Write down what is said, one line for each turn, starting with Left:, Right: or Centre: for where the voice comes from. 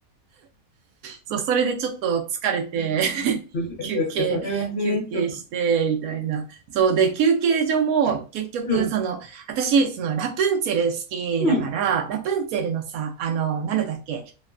Right: そう、それでちょっと疲れて
Left: うん
Right: <laughs>
Left: そっかそっか、
Right: 休憩、
Left: それはね、
Right: 休憩して、
Left: ちょっと。
Right: みたいな。そう、で、休憩所も、結局、
Left: うん。
Right: その、私、その、ラプンツェル好きだから、
Left: うん。
Right: ラプンツェルのさ、あの、なんだっけ、